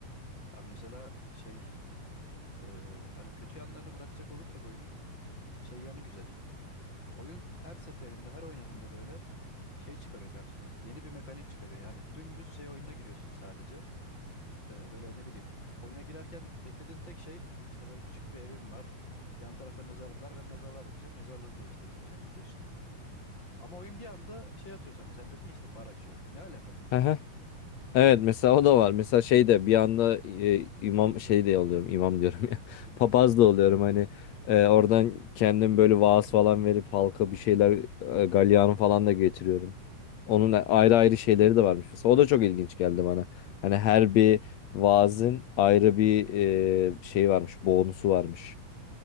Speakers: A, on the left; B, on the left.
A: Ha mesela şey eee, hani kötü yanlarını bırakacak olursak oyunun şey yanı güzel. Oyun her seferinde her oynadığında böyle şey çıkarıyor karşına. Yeni bir mekanik çıkarıyor. Yani dümdüz şey oyununa giriyorsun sadece. Ee, böyle ne bileyim. Oyuna girerken beklediğin tek şey işte böyle küçük bir evim var. Yan tarafta mezarlık var. Ben mezarlığa bakacağım. Mezarlığı geliştireceğim zannediyorsun. Ama oyun bir anda şey atıyor sana. Sen dedin ya işte bar açıyorum. Ne alaka mesela
B: <laughs>
A: bu?
B: Evet mesela o da var. Mesela şey de bir anda e, imam şey de oluyorum imam diyorum ya <laughs>
A: İmam.
B: papaz da oluyorum hani e, oradan kendim böyle vaaz falan verip halka bir şeyler e, galyanı falan da getiriyorum.
A: Hı.
B: Onun ayrı ayrı şeyleri de varmış mesela o da çok ilginç geldi bana. Hani her bir vaazın ayrı bir e, şey varmış bonusu varmış.